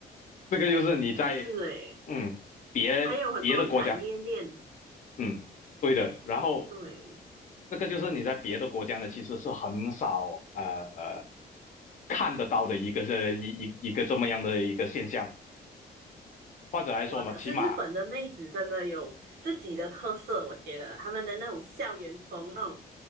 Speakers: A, on the left; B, on the right.
A: 这个就是你在嗯别别的国家，
B: 是诶，还有很多产业链。
A: 嗯对的。然后
B: 对，
A: 这个就是你在别的国家呢，其实是很少呃看得到的一个是一一一个这么样的一个现象。或者来说嘛，
B: 哇！可是日本的妹子真的有自己的特色，
A: 起码
B: 我觉得她们的那种校园风、那种